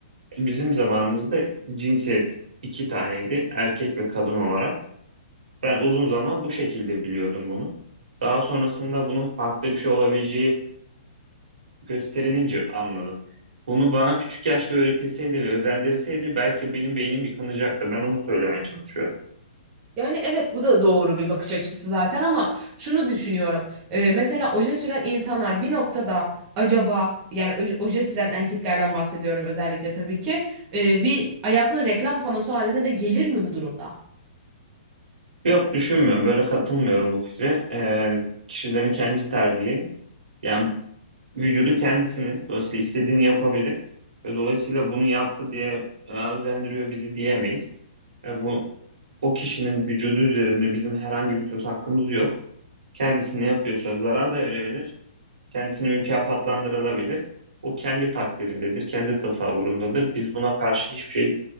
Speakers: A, on the right; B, on the right.
A: Bizim zamanımızda cinsiyet iki taneydi, erkek ve kadın olarak. Ben uzun zaman bu şekilde biliyordum bunu. Daha sonrasında bunun farklı bir şey olabileceği gösterilince anladım. Bunu bana küçük yaşta öğretilseydi ve özendirilseydi belki benim beynim yıkılacaktı. Ben onu söylemeye çalışıyorum.
B: Yani evet bu da doğru bir bakış açısı zaten ama şunu düşünüyorum. Ee, mesela oje süren insanlar bir noktada acaba yani oje oje süren erkeklerden bahsediyorum özellikle tabii ki ee, bir ayaklı reklam panosu haline de gelir mi bu durumda?
A: Yok düşünmüyorum. Böyle katılmıyorum bu fikre. Ee, kişilerin kendi tercihi. Yani vücudu kendisinin. Dolayısıyla istediğini yapabilir. Ve dolayısıyla bunu yaptı diye "Aa, özendiriyor bizi diyemeyiz. Ve bu o kişinin vücudu üzerinde bizim herhangi bir söz hakkımız yok. Kendisi ne yapıyorsa zarar da verebilir. kendisini mükafatlandırılabilir. O kendi takdirindedir, kendi tasavvurundadır. Biz buna karşı hiçbir şey